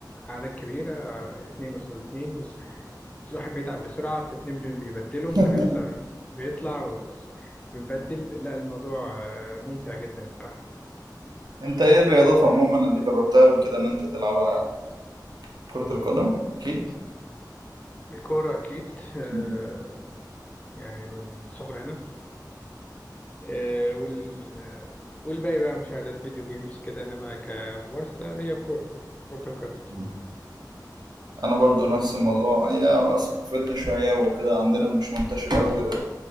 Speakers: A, on the left (about 20°); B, on the right (about 65°).
A: أعداد كبيرة آه، اتنين قصاد اتنين والواحد بيتعب بسرعة فاتنين بن- بيبدلهم
B: <laughs>
A: اللي بيخسر بيطلع بنبدل لا الموضوع آه، ممتع جدا الصراحة
B: انت ايه الرياضات عموما اللي جربتها قبل كده ان انت تلعبها كرة القدم اكيد
A: الكورة أكيد آه،
B: مم.
A: يعني من صغرنا آه، وال والباقي بقى مشاهدات فيديو جيمز كده إنما كممارسة هي كرة كرة القدم
B: مم. انا برضو نفس الموضوع هي ثقافتنا شوية وكده عندنا مش منتشر اوي غير